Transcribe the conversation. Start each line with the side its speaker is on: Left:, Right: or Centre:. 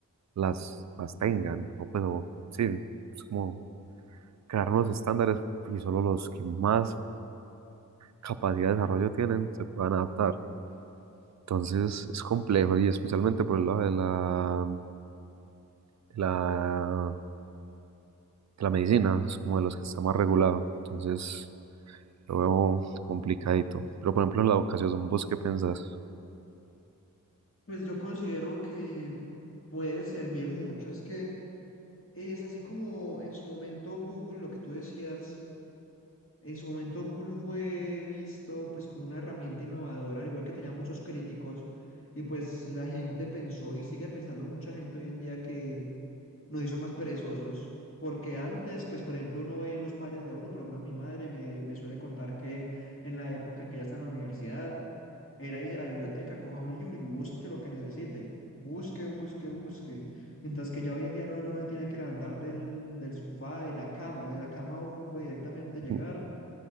Right: las, las tengan, o pues, o, sí, es como crear unos estándares y solo los que más capacidad de desarrollo tienen se puedan adaptar. Entonces es complejo y especialmente por el lado de la, de la, de la medicina, es como de los que está más regulado. Entonces lo veo complicadito. Pero por ejemplo en la educación, ¿vos qué pensás?
Left: Pues yo considero que puede servir mucho. Es que es así como en su momento Google, lo que tú decías En su momento Google fue visto pues como una herramienta innovadora, al igual que tenía muchos críticos, y pues la gente pensó y sigue pensando mucha gente hoy en día que nos hizo más perezosos, porque antes pues por ejemplo uno ve los padres de uno, por lo menos mi madre me, me suele contar que en la época en que ella está en la universidad, era irse a la biblioteca, coja un libro y busque lo que necesite, busque, busque, busque, mientras que ya hoy en día no, uno no tiene que levantar del, del sofá, de la cama, de la cama uno puede directamente llegar
Right: <laughs>